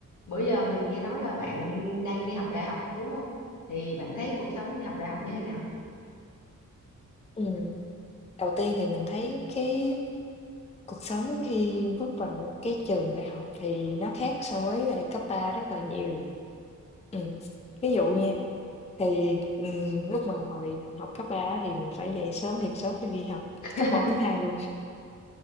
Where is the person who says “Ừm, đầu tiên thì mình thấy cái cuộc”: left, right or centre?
Left